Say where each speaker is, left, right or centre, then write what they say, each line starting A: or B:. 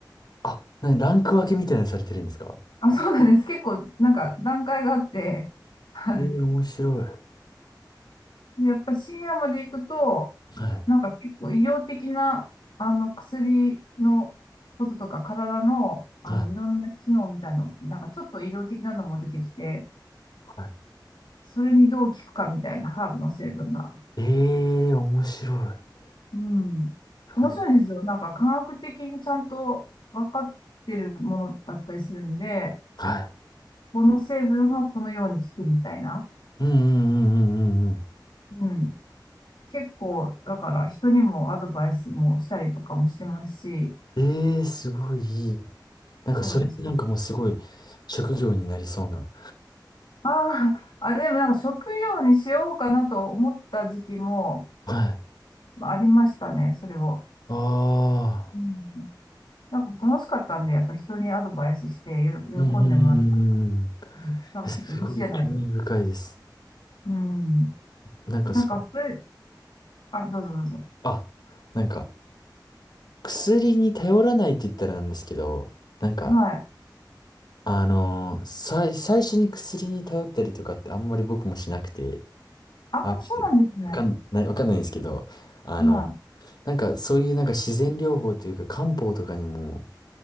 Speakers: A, on the left; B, on the left.
A: あ、なに、ランク分けみたいなのされてるんですか
B: あ、そうなんです。結構、なんか、段階があって、<laughs>
A: ええ面白い。
B: でやっぱシニアまで行くと、
A: はい。
B: なんか結構医療的な、あの、薬のこととか、体の、あの、
A: はい。
B: いろんな機能みたいなのも、なんかちょっと医療的なのも出てきて、
A: はい。
B: それにどう効くかみたいなハーブの成分が。
A: ええ、面白い。
B: うん。
A: はい。
B: 面白いんですよ。なんか科学的にちゃんと分かってるものだったりするんで、
A: はい。
B: この成分はこのように効くみたいな。
A: うんうんうんうんうんう
B: うん。結構、だから人にもアドバイスもしたりとかもしてますし、
A: ん。ええ、すごいいい。なんかそれってなんかもうすごい職業になりそうな。
B: そうなんです。ああ、あ、でもなんか食用にしようかなと思った時期も
A: はい。
B: ありましたね、それを。
A: ああ。
B: うん。なんか楽しかったんで、やっぱ人にアドバイスしてよ喜んでもらって
A: うんうんうんうんうん。
B: うん、なんかちょっと嬉しいじゃないですか。
A: すごい興味深いです。
B: うん。
A: なんかそう、
B: なんか、それ、あ、どうぞどうぞ。
A: あ、なんか薬に頼らないって言ったらなんですけど、なんか、
B: はい。
A: あのー、さい、最初に薬に頼ったりとかってあんまり僕もしなくて、
B: ああ、
A: あ、ちょっと、
B: そうなんですね。
A: わかんない、わかんないんですけど、あの、
B: は
A: なんかそういうなんか自然療法というか漢方とかにも、